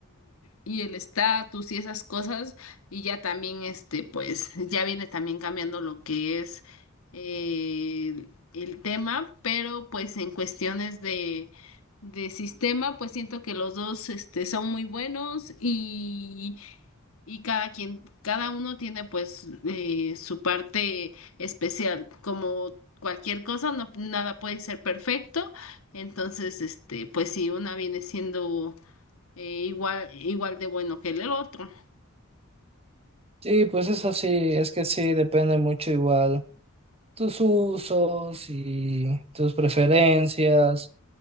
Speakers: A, on the left (about 70°); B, on the right (about 30°).
A: y el estatus y esas cosas, y ya también, este, pues, ya viene también cambiando lo que es eh, el tema, pero pues en cuestiones de, de sistema, pues siento que los dos, este, son muy buenos y, y cada quien, cada uno tiene pues eh, su parte especial, como cualquier cosa, no, nada puede ser perfecto, entonces, este, pues si una viene siendo eh, igual, igual de bueno que el otro.
B: Sí, pues eso sí, es que sí, depende mucho igual tus usos y tus preferencias,